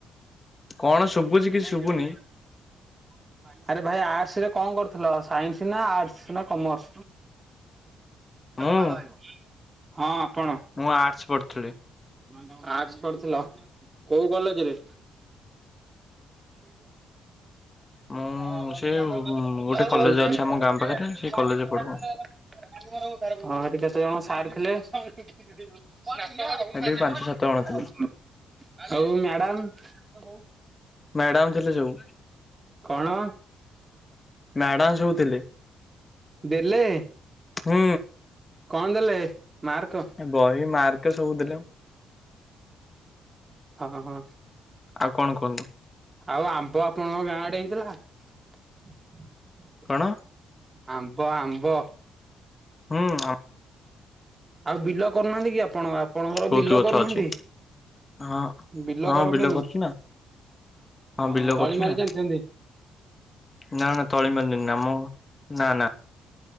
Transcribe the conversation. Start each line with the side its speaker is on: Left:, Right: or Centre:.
Left: କଣ ଶୁଭୁଛି
Right: ଆମ <unintelligible>
Left: କିଛି ଶୁଭୁନି
Right: ଆଟ ରେ କଣ କରିଥିଲ ସାଇନ୍ସ ନା ଆଟସ ନା କମର୍ସ
Left: ମୁଁ
Right: ବାଳ ହଁ ଆପଣ
Left: ମୁଁ ଆର୍ଟସ ପଢୁଥିଲି।
Right: <unintelligible> ଆଟସ ପଢୁଥିଲ, କୋଉ କଲେଜରେ? ସେଟ <inaudible> କ <unintelligible>
Left: ମୁଁ ସେ ଗୋଟେ କଲେଜ ଅଛି ଆମ ଗାଁ ପାଖରେ ସେଇ କଲେଜରେ ପଢୁ ଆଉ।
Right: ହଁ ଏଠି କେତେ ଜଣ ସାର୍ ଥିଲେ <unintelligible> <unintelligible>
Left: ସେଠି ବି ପାଞ୍ଚ ସାତ ଜଣ ଥିଲେ
Right: ହଉ ମ୍ୟାଡ଼ାମ
Left: ମ୍ୟାଡାମ ଥିଲେ ସବୁ
Right: କଣ,
Left: ମ୍ୟାଡାମ ସବୁ ଥିଲେ
Right: ଦେଲେ ।
Left: ହୁଁ
Right: କଣ ଦେଲେ? ମାର୍କ
Left: ବହି ମାର୍କେ ସବୁଦେଲେ ।
Right: ହଁ ହଁ
Left: ଆଉ କଣ କୁହନ୍ତୁ?
Right: ଆଉ ଆମ୍ବ ଆପଣଙ୍କ ଗାଁ ଆଡେ ହେଇଥିଲା ।
Left: କଣ
Right: ଆମ୍ବ, ଆମ୍ବ,
Left: ହୁଁ ।
Right: ଆଉ ବିଲ କରୁନାହାନ୍ତି କି ଆପଣ, ଆପଣଙ୍କର
Left: ବହୁତ
Right: ବିଲ
Left: ଗଛ
Right: କରୁନାହାନ୍ତି?
Left: ଅଛି ହଁ
Right: ବିଲ
Left: ହଁ
Right: କରନ୍ତିନି?
Left: କରୁଛୁ ନା
Right: ହଁ
Left: ବିଲ କରୁଛୁ
Right: ତଳି ମାରି
Left: ନା
Right: ଜାଣି ଚନ୍ତି
Left: ନା ନା ତଳି ମାରି ନାହାନ୍ତି, ଆମ ନା ନା